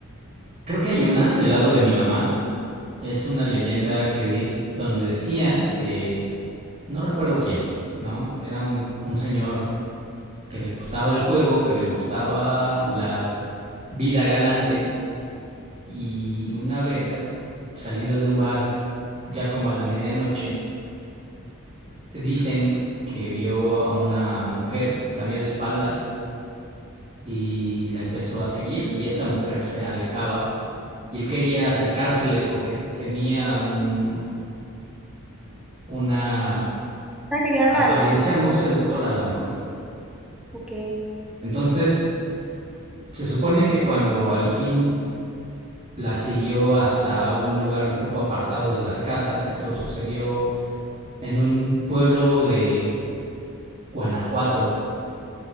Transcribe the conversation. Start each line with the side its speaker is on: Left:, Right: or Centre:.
Right: creo que hay una del lado de mi mamá. Es una leyenda que di- donde decían que no recuerdo quién, ¿no? Era un, un señor que le gustaba el juego, que le gustaba la vida galante y una vez ac- saliendo de un bar ya como a la medianoche, dicen que vio a una mujer, la vio de espaldas y la empezó a seguir y esta mujer se alejaba y él quería acercársele porque tenía un, una
Centre: Ah, quería hablarle,
Right: apariencia
Centre: sí.
Right: muy seductora la mujer.
Centre: Ok.
Right: Entonces, se supone que cuando al fin la siguió hasta un lugar un poco apartado de las casas. Esto sucedió en un pueblo de Guanajuato.